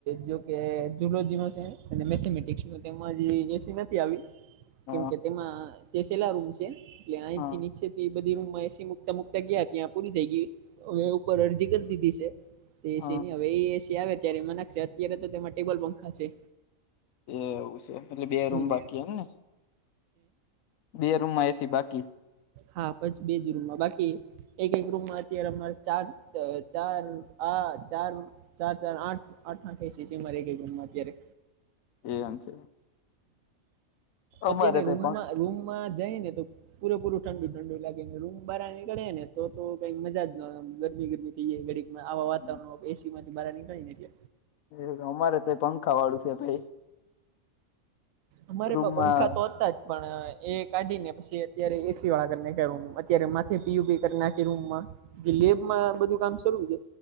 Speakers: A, on the right; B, on the left.
A: જોકે જુલોજી નો છે અને મેથેમેટિક્સ નો તેમાં જે એસી નથી આવી
B: હા
A: કેમકે તેમાં તે છેલા રૂમ છે. એટલે અંયથી
B: હા
A: નીચેથી બધ રૂમમાં એસી મુકતા મુક એટલે ગ્યા ત્યાં પૂરી થઈ ગય હવે ઉપર અરજી કરી દીધી છે
B: હા
A: એસીની હવે એ એસી આવે ત્યારે એમાં નાખશે અત્યારે તો તેમાં ટેબલ પંખા છે.
B: એ એવું છે એટલે બે
A: હમ
B: રૂમ બાકી એમ ને બે રૂમમાં એસી બાકી
A: હા પછી બેજ રૂમમાં બાકી એક એક રૂમમાં અત્યારે અમારે ચાર ચાર હ ચાર ચાર ચાર આઠ આઠ એસી છે અમાર એક એક રૂમમાં અત્યારે
B: એમ છે. અમારે
A: અત્યારે
B: તો
A: રૂમમાં રૂમમાં જાય ને તો પૂરે પૂર ઠંડુ ઠંડુ લાગે ને રૂમ બહાર નીકળે ને તો કઈક મજા ન ગરમી ગરમી ઘડીકમાં આવા
B: પણ
A: વાતાવરણમાં એસીમાંથી બાર નીકળીએ એટલે
B: એ અમારે તો પંખા વાળું છે ભાઈ
A: અમારે
B: રૂમમાં
A: પણ પંખા તો હતા જ પણ એ કાઢી ને પછી અત્યારે એસી વાળા કરી નાખ્યા રૂમ અત્યારે માથે પીઓપી કરી નાખી રૂમમાં <unintelligible> માં બધું કામ શરુ છે.